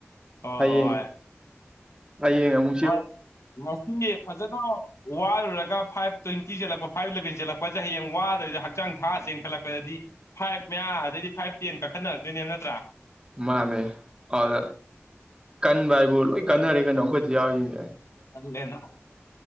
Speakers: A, on the left; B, on the right.
A: ꯍꯣꯏ ꯍꯣꯏ
B: ꯍꯌꯦꯡ ꯍꯌꯦꯡ ꯑꯃꯨ
A: ꯍꯣꯏ ꯉꯁꯤ ꯐꯖꯅ ꯋꯥꯔꯨꯔꯒ ꯐꯥꯏꯚ ꯇ꯭ꯋꯦꯟꯇꯤ ꯆꯦꯜꯂꯛꯄ ꯐꯥꯏꯚ ꯏꯂꯚꯦꯟ ꯆꯦꯜꯂꯛꯄꯖ‌ꯦ ꯍꯌꯦꯡ ꯋꯥꯗꯕꯤꯗ ꯍꯛꯆꯥꯡ ꯊꯥ ꯆꯦꯟꯈꯠꯂꯛꯄꯗꯗꯤ ꯐꯥꯏꯚ ꯃꯌꯥ ꯑꯗꯩꯗꯤ ꯐꯥꯏꯚ ꯇꯦꯟ ꯀꯥꯈꯠꯅꯔꯛꯇꯣꯏꯅꯦꯕ ꯅꯠꯇ꯭ꯔꯥ
B: ꯃꯥꯅꯦ ꯑꯗꯨꯗ ꯀꯟꯕ ꯍꯥꯏꯕꯨ ꯂꯣꯏ ꯀꯟꯅꯔꯦ ꯀꯩꯅꯣ ꯑꯩꯈꯣꯏꯗꯤ ꯌꯥꯎꯔꯤꯁꯤꯡꯖ‌ꯦ
A: ꯑꯗꯨꯅ‌ꯦꯅꯥ